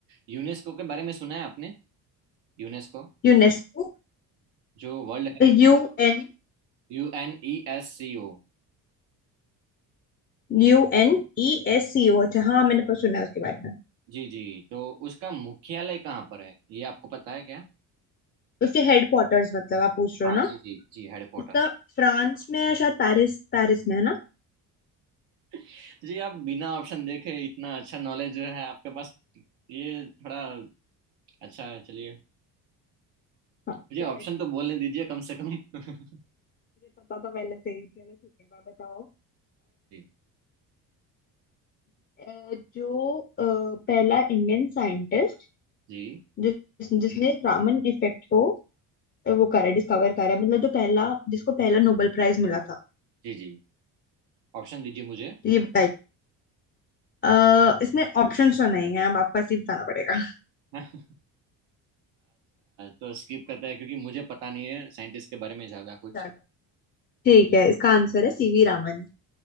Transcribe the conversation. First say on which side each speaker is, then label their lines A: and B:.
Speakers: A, on the right; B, on the left.
A: यूनेस्को के बारे में सुना है आपने यूनेस्को
B: UNESCO
A: जो world heritage
B: U N
A: U N E S C O
B: U N E S C O अच्छा हाँ मैंने पर सुना है उसके बारे में
A: जी जी तो उसका मुख्यालय कहाँ पर है ये आपको पता है क्या
B: उसके हेडक्वार्टर्स मतलब आप पूछ रहे
A: हाँ
B: हो ना
A: जी जी जी हेडक्वार्टर्स
B: उसका फ्रांस में या शायद पेरिस पेरिस में है ना
A: <laughs> जी आप बिना ऑप्शन देखे इतना अच्छा नॉलेज जो है आपके पास ये थोड़ा अच्छा है चलिए
B: हाँ
A: मुझे ऑप्शन
B: चलो ठीक
A: तो बोलने दीजिए कम से कम <laughs>
B: है मुझे पता तो पहले से ही चलो ठीक है आप बताओ
A: जी
B: अ, जो अ, पहला इंडियन साइंटिस्ट
A: जी
B: जिस जिसने रामन इफेक्ट को अ, वो करा डिस्कवर करा मतलब जो पहला जिसको पहला नोबेल प्राइज मिला था
A: जी जी ऑप्शन दीजिए मुझे
B: तो ये बताइए अ, इसमें ऑप्शंस तो नहीं है अब आपको ऐसे ही बताना पड़ेगा
A: अच्छा तो स्किप करता है क्योंकि मुझे पता नहीं है साइंटिस्ट के बारे में ज्यादा कुछ
B: चलो ठीक है इसका आंसर है सीवी रामन